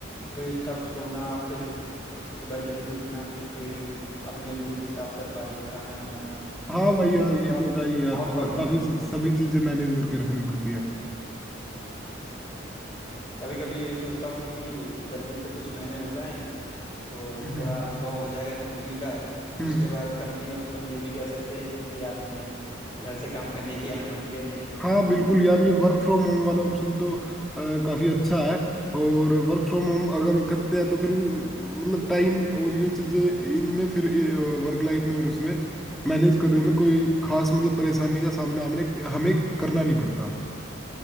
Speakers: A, on the left; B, in the centre.
A: फिर कब सोना फिर सुबह जल्दी उठना भी फिर अपने रूम की साफ सफाई खाना बनाना
B: हाँ
A: वो सब
B: भाई
A: करने
B: यार
A: में
B: ये
A: थोड़ा
B: तो है ही यार
A: बहुत
B: काफ़ी
A: प्रॉब्लम हो रही है
B: सभी चीज़ें मैनेज करके रखनी पड़ती है
A: कभी कभी ये भी सोचता हूँ कि जल्दी से कुछ महीने हो जाएं तो
B: हम्म
A: थोड़ा
B: हम्म
A: अनुभव हो जाएगा कंपनी का
B: हम्म।
A: उसके बाद कंपनी वालों से हम ये भी कह सकते हैं कि आप में घर से काम करने की अनुमति दे दें
B: हाँ बिल्कुल यार ये वर्क फ्रॉम होम वाला ऑप्शन तो अ, काफी अच्छा है और वर्क फ्रॉम होम अगर करते हैं तो फिर वो, मतलब टाइम और ये चीजें इनमें फिर वर्क लाइफ में और इसमें मैनेज करने में कोई खास मतलब परेशानी का सामना हमने हमें करना नहीं पड़ता